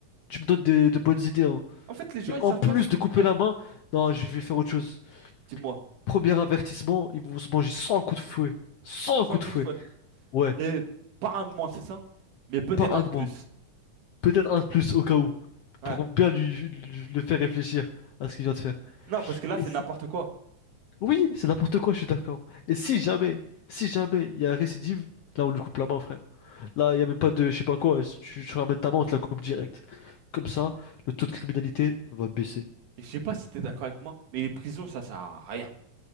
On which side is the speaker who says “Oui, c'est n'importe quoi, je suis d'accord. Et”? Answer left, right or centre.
Left